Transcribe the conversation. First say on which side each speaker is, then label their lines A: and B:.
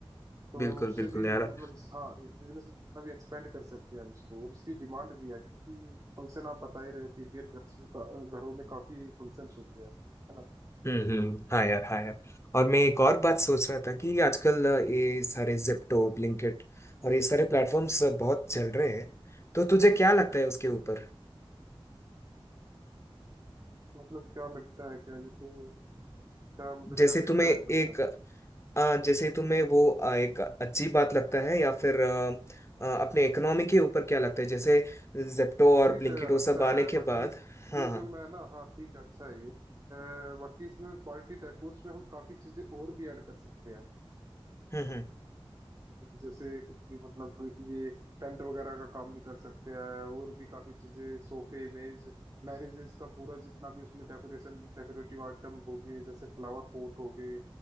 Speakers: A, on the right; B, on the left.
A: तो
B: बिल्कुल
A: उससे
B: बिल्कुल
A: भी
B: यार
A: मतलब इस हाँ बिजनेस को कितना भी एक्सपेंड कर सकते हैं हम इसको और उसकी डिमांड भी है क्योंकि फंक्शन आप बता ही रहे हो कि इंडियन घर में का- घरों में काफी फंक्शंस होते हैं है ना
B: हम्म हम्म, हाँ यार हाँ यार और मैं एक और बात सोच रहा था कि आजकल अ, ये सारे जिप्टो ब्लिंकिट और ये सारे
A: हम्म,
B: प्लेटफॉर्म्स बहुत चल रहे हैं तो तुझे
A: हम्म।
B: क्या लगता है उसके ऊपर
A: मतलब क्या लगता है क्या ये तो क्या मतलब
B: जैसे
A: कैसे
B: तुम्हें
A: क्या
B: एक
A: लगता है
B: अ, जैसे तुम्हें वो अ, एक अच्छी बात लगता है या फिर अ, अ, अपने इकोनॉमी के ऊपर क्या लगता है जैसे जिप्टो और
A: ठीक
B: ब्लिंकिट
A: है यार
B: वो
A: अच्छा
B: सब आने
A: है
B: के
A: बाकी
B: बाद हाँ
A: ये
B: हाँ
A: जो मैं ना हाँ ठीक है अच्छा है ये अ, बाकी इसमें पार्टी डेकोर्स में हम काफी चीजें और भी ऐड कर सकते हैं
B: हम्म हम्म
A: जैसे कुछ भी मतलब ये टेंट वगैरह का काम भी कर सकते हैं और भी काफी चीजें सोफे मेज मैरिजेस का पूरा जितना भी उसमें डेकोरेशन डेकोरेटिव आइटम हो गए जैसे फ्लावर पॉट हो गए